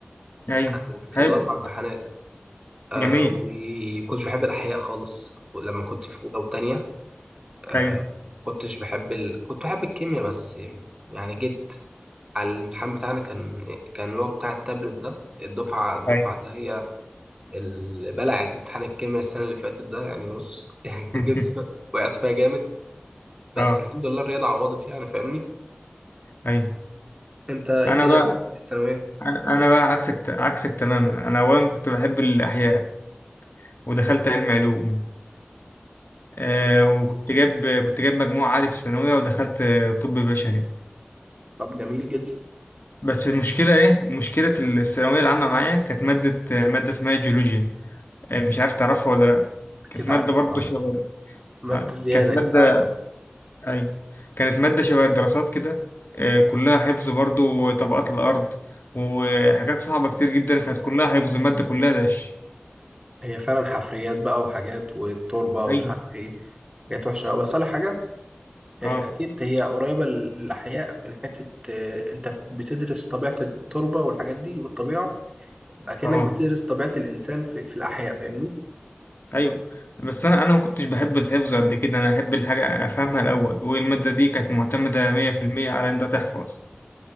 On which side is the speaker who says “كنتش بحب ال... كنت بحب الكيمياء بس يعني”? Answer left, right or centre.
Right